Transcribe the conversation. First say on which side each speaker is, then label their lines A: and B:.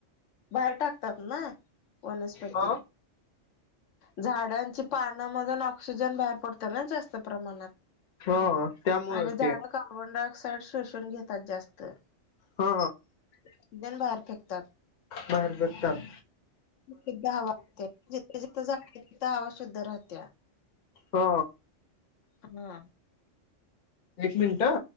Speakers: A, on the left; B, on the left.
A: बाहेर टाकतात ना. वनस्पती
B: आ.
A: झाडांची पानामधून, ऑक्सिजन, बाहेर पडतो ना, जास्त प्रमाणात.
B: हो त्यामुळे
A: आणि झाडं
B: ते.
A: कार्बन डाय ऑक्साइड शोषून घेतात जास्त.
B: हो.
A: ऑक्सिजन बाहेर फेकतात.
B: मार <unintelligible>
A: शुद्ध हवा ते जिथे-जिथ-तिथ हवा शुद्ध राहत्या.
B: हा
A: हा
B: एक मिनट हा.